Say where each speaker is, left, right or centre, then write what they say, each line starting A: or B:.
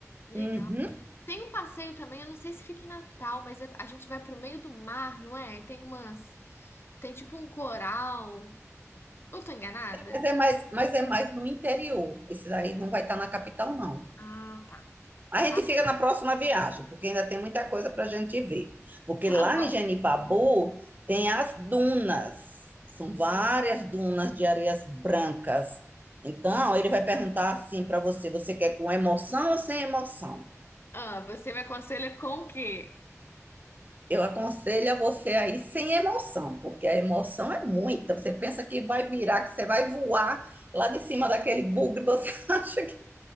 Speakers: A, on the left (about 45°); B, on the right (about 35°).
A: Legal.
B: Uhum.
A: Tem um passeio também, eu não sei se fica em Natal, mas é- a gente vai pro meio do mar, não é? E Tem umas. Tem tipo um coral. Eu tô enganada?
B: Mas é mais, mas é mais no interior. Esse daí não vai estar na capital, não.
A: Ah, tá.
B: A gente
A: Tá, bom,
B: fica na próxima viagem, porque ainda tem muita coisa para a gente ver. Porque
A: tá
B: lá
A: bom.
B: em Genipabu tem as dunas, são
A: Não.
B: várias dunas de areias brancas. Então, ele vai perguntar assim para você: você quer com emoção ou sem emoção?
A: Ah, você me aconselha com o quê?
B: Eu aconselho a você aí sem emoção, porque a emoção é muita. Você pensa que vai virar, que você vai voar lá de cima daquele bugre, você <laughs> acha que,